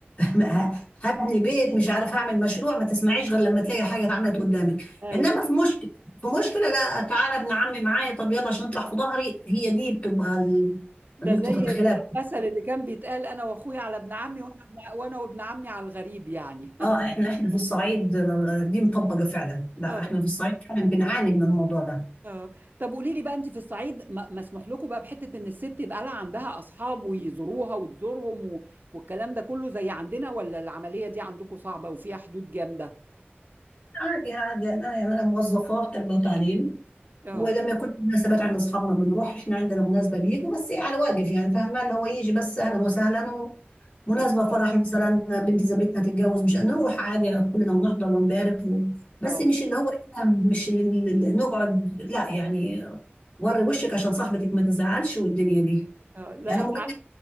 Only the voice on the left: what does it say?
ه- هبني بيت مش عارف هعمل مشروع ما تسمعيش غير لما تلاقي حاجه اتعملت قدامك
انما في مشكله في مشكله لا تعالى ابن عمي معايا طب يلا عشان نطلع في ظهري هي دي بتبقى ال-
نقطه
الخلاف
اه احنا احنا في الصعيد دي مطبقه فعلا لا
احنا في الصعيد فعلا بنعاني من الموضوع ده
عادي عادي انا يعني انا موظفه في تربيه وتعليم
ولما يكون في مناسبات عند اصحابنا بنروح احنا عندنا مناسبه بيجوا بس ايه على واجب يعني فاهمه اللي هو يجي بس اهلا وسهلا مناسبة
فرح مثلا بنت زميلتنا تتجوز مش هنروح عادي كلنا ونحضر ونبارك و... بس
مش اللي هو إحنا مش اللي اللي نقعد لا يعني وري وشك عشان صاحبتك ما تزعلش والدنيا دي
يعني
مجرد